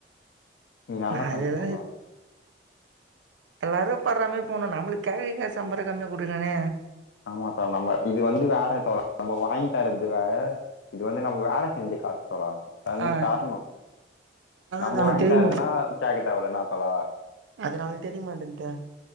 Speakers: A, on the left (about 75°); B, on the right (about 80°).
A: நீ நல்ல பைய
B: அதெல்லா
A: தோழா
B: இ எல்லாரு பட்றமாரி போணு நம்ளுக்கு கெழவிக்கே சம்பரோ கம்மியா குடுக்கிறன
A: ஆமா தோழா நம்ம இது வந்து வேற தோழா நம்ம வாங்கி தர்றது வேற இது வந்து நம்ம வேல செஞ்ச காசு தோழா தந்
B: ஆ
A: தர்னு
B: ஆனா
A: நம்ம
B: அது அவனுக்கு
A: வாங்கி
B: தெரிய
A: தர்ரதுனா கேக்க தேவல என்ன தோழா
B: அதனால தெரியமாட்டன்து